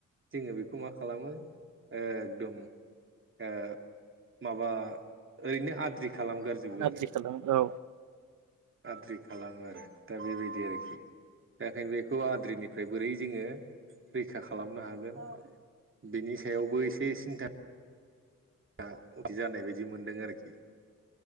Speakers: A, on the right (about 40°); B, on the right (about 70°).
A: जोङो बेखौ मा खालामो एगदम ओ माबा ओरैनो आद्रि खालामगारजोबो
B: आद्रि
A: आरो
B: खालामो औ
A: आद्रि खालामो आरो दा बेबायदि बेआरोखि दाखाय बेखौ आद्रिनिफ्राय बोरै जोङो रैखा खालामनो हागोन बिनि सायावबो एसे सिन्था दा उथि जानाय बायदि मोनदों आरोखि